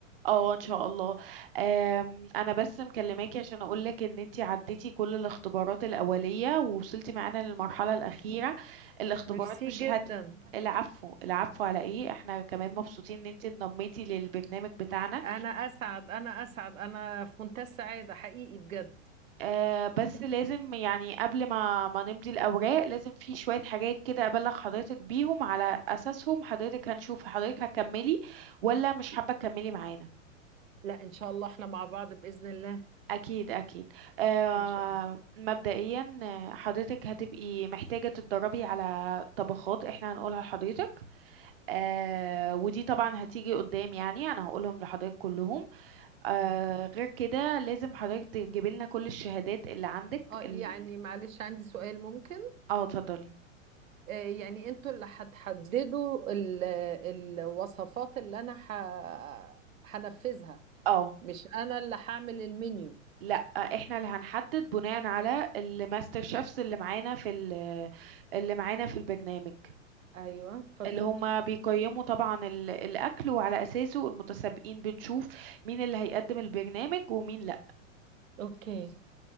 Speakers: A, on the right (about 45°); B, on the right (about 80°).
A: اه إن شاء الله آم، أنا بس مكلماكي عشان أقولك إن أنتي عديتي كل الاختبارات الأولية ووصلتي معانا للمرحلة الأخيرة الاختبارات
B: ميرسي
A: مش
B: جدا
A: هت العفو العفو على إيه إحنا كمان مبسوطين إن أنتي انضميتي للبرنامج بتاعنا
B: انا اسعد انا اسعد انا في منتهى السعاده حقيقي بجد
A: آه بس لازم يعني قبل ما ما نمضي الأوراق لازم في شوية حاجات كده أبلغ حضرتك بيهم على أساسهم حضرتك هنشوف حضرتك هتكملي ولا مش حابة تكملي معانا
B: لا ان شاء الله احنا مع بعض باذن الله
A: أكيد أكيد آه
B: ان شاء الله
A: مبدئيا آه، حضرتك هتبقي محتاجة تتدربي على طبخات احنا هنقولها لحضرتك آه ودي طبعا هتيجي قدام يعني أنا هقولهم لحضرتك كلهم آه
B: مم.
A: غير كده لازم حضرتك تجيبي لنا كل الشهادات اللي عندك
B: اه
A: ال...
B: يعني معلش عندي سؤال ممكن
A: اه اتفضلي
B: آه يعني انتوا اللي هتحددوا ال- الوصفات اللي انا ه- هنفذها
A: اه
B: مش انا اللي هعمل المنيو
A: لا احنا اللي هنحدد بناء على الماستر شيفs اللي معانا في ال- اللي معانا في البرنامج
B: ايوه اتفضلي
A: اللي هما بيقيموا طبعا ال- الاكل وعلى اساسه المتسابقين بنشوف مين اللي هيقدم البرنامج ومين لا
B: اوكي